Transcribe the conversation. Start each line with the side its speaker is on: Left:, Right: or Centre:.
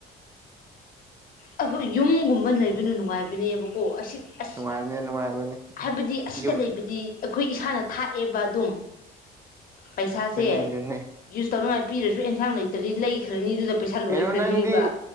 Left: ꯑꯩꯈꯣꯏ ꯌꯨꯝꯒꯨꯝꯕ ꯂꯩꯕꯅ ꯅꯨꯡꯉꯥꯏꯕꯅꯦꯕꯀꯣ ꯑꯁꯤ ꯑꯁ
Right: ꯅꯨꯡꯉꯥꯏꯕꯅꯦ ꯅꯨꯡꯉꯥꯏꯕꯅꯦ
Left: ꯍꯥꯏꯕꯗꯤ ꯑꯁꯤꯗ
Right: ꯌꯨꯝ
Left: ꯂꯩꯕꯗꯤ ꯑꯩꯈꯣꯏ ꯏꯁꯥꯅ ꯊꯥꯛꯑꯦꯕ ꯑꯗꯨꯝ ꯄꯩꯁꯥꯁꯦ
Right: ꯑꯗꯨꯅꯦ ꯑꯗꯨꯅꯦ
Left: ꯌꯨꯁ ꯇꯧꯅꯉꯥꯏ ꯄꯄꯤꯔꯁꯨ ꯑꯦꯟꯁꯥꯡ ꯂꯩꯇ꯭ꯔꯗꯤ ꯂꯩꯈ꯭ꯔꯅꯤ ꯑꯗꯨꯗ ꯄꯩꯁꯥ ꯂꯣꯏꯈ꯭ꯔꯅꯤꯕ
Right: ꯀꯩꯅꯣ ꯅꯪꯗꯤ